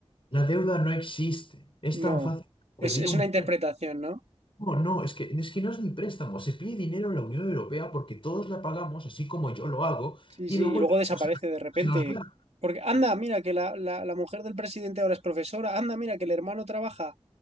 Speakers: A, on the left (about 55°); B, on the right (about 85°).
A: La deuda no existe. Es tan
B: No,
A: fácil como
B: es,
A: pedir
B: es
A: un...
B: una interpretación, ¿no?
A: No, no, es que, es que no es ni préstamo. Se pide dinero en la Unión Europea porque todos la pagamos, así como yo lo hago,
B: Sí,
A: y
B: sí,
A: luego
B: y luego
A: el dinero
B: desaparece
A: se
B: de repente.
A: se nos da.
B: Porque anda, mira que la, la, la mujer del presidente ahora es profesora, anda, mira que el hermano trabaja